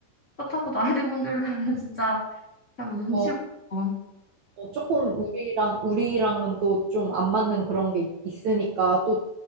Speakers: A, on the left (about 20°); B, on the right (about 70°).
A: 그렇다고 나이 든 분들이랑은 <laughs> 진짜 자꾸 눈치
B: 어,
A: 보고.
B: 어, 조금 우리랑, 우리랑은 또 좀 안 맞는 그런 게 있- 있으니까, 또,